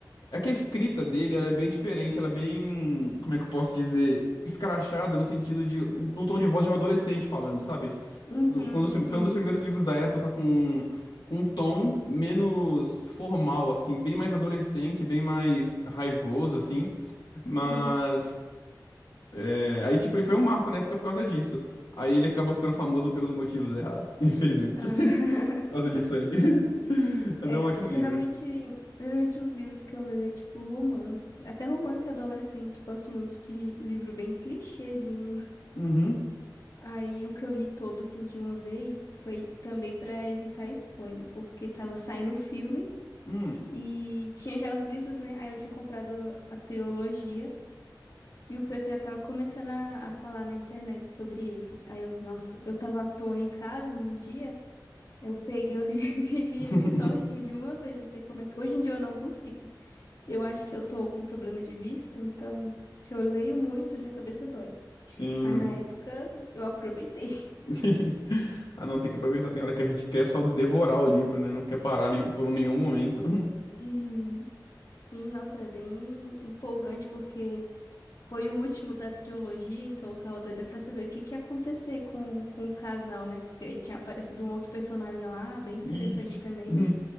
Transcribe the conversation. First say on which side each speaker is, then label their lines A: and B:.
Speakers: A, on the left; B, on the left.
A: É que a escrita dele, ela é bem diferente, ela é bem, como é que eu posso dizer, escrachada no sentido de, no tom de voz de um adolescente falando, sabe?
B: Uhum,
A: Foi foi um dos, prim-
B: sim.
A: foi um dos primeiros livros da época com, com um tom menos formal, assim, bem mais adolescente, bem mais raivoso, assim, mas,
B: Uhum.
A: é, aí, tipo, ele foi um marco na época por causa disso. Aí ele acabou ficando famoso pelos motivos errados, <laughs> infelizmente,
B: Ah.
A: <laughs> por causa
B: <laughs>
A: disso aí. <laughs> Mas
B: É,
A: é um ótimo
B: eu- geralmente,
A: livro.
B: geralmente os livros que eu leio é tipo romance. Até romance adolescente, eu gosto muito de livro bem clichêzinho.
A: Uhum.
B: Aí o que eu li todo assim de uma vez foi também pra evitar spoiler, porque tava saindo o filme.
A: Hum.
B: E tinha já os livros, né? Aí eu tinha comprado a trilogia e o pessoal já tava começando a, a falar na internet sobre ele. Aí eu, nossa, eu tava à toa em casa num dia, eu peguei o livro <laughs> e li
A: <laughs>
B: ele todinho de uma vez, não sei como é que. Hoje em dia eu não consigo. Eu acho que eu tô com problema de vista, então se eu leio muito, minha cabeça dói.
A: Sim.
B: Mas na época eu aproveitei. <laughs>
A: <laughs> Ah, não, tem que aproveitar. Tem hora que a gente quer só devorar o livro, né? Não quer parar nem- por nenhum momento.
B: Uhum. Sim, nossa, é bem empolgante porque Foi o último da trilogia, então eu tava doida pra saber o que que ia acontecer com, com o casal, né? Porque tinha aparecido um outro personagem lá,
A: <laughs>
B: bem interessante
A: Ixi.
B: também.
A: Uhum,